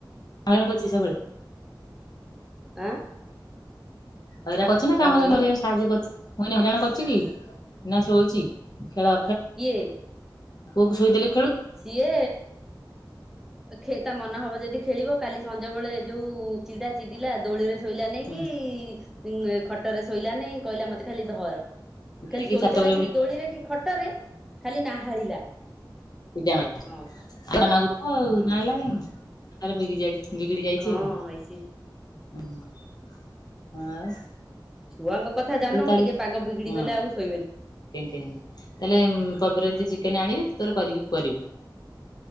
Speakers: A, on the left (about 55°); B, in the centre.
A: ହଇରାଣ କରୁଛି ସବୁବେଳେ
B: ଆଁ
A: ହଇରାଣ କରୁଛି ନା
B: କଣ
A: କାମ
B: କହିଲୁ
A: ଧନ୍ଦା କରିବାକୁ ସାହାଯ୍ୟ କରୁଛି। ମୁ କହିନି ହଇରାଣ କରିଛି କି ନା ଶୋଇଛି ଖେଳ
B: କିଏ?
A: ପୁଅ କୁ ଶୋଇ ଦେଲି
B: ସିଏ କ୍ଷ ତା ମନ ହବ ଦବ ଯଦି ଖେଳିବ କାଲି ସଞ୍ଜ ବେଳେ ଯୋଉ ଚିଡା ଚିଡିଲା ଦୋଳିରେ ଶୋଇଲାନେଇକି
A: ହୁଁ
B: ଙ୍ଗ ଖଟ ରେ ଶୋଇଲା ନେଇ କହିଲା ମତେ ଖାଲି ଧର।
A: ଧରିକି
B: ଖାଲି ଶୋଇଦେଲା
A: ଛାତ ଉପରେ
B: ଖେଣି
A: ବୁଲେଇଦେଲା
B: ଦୋଳିରେ କି ଖଟରେ ଖାଲି ନାହାଳିଲା।
A: <unintelligible>
B: ହଁ
A: ନାହାଳିଲା କାହିଁକି?
B: ହଁ।
A: ତାର ବିଗିଯାଇଚି। ବିଗିଡ଼ି ଯାଇଚି
B: ହଁ
A: ଆଉ
B: ଏସି
A: ହୁଁ ହଁ ଆଉ।
B: ଛୁଆଙ୍କ କଥା ଜାଣିନୁ
A: ତୁ ତାହେଲେ
B: ଟିକେ ପାଗ ବିଗିଡି
A: ହଁ
B: ଗଲେ ଆଉ ଶୋଇବେନି।
A: କେଁ କେଁ ହେବେ ତାହେଲେ କବିର ଜେ ଚି କେନେ ଆଣିବେ ତୁ ତୋର କରିକି କରିବୁ।